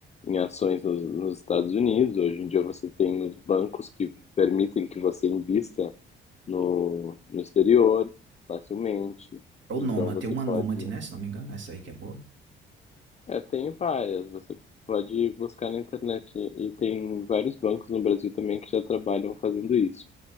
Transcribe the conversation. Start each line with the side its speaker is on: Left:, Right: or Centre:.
Left: em ações nos, nos Estados Unidos. Hoje em dia você tem os bancos que permitem que você invista no, no exterior facilmente.
Right: É o Nômade,
Left: Então você
Right: tem uma
Left: pode.
Right: Nômade, né? Se não me engano, essa aí que é boa.
Left: É, tem várias. Você pode buscar na internet. E e tem vários bancos no Brasil também que já trabalham fazendo isso.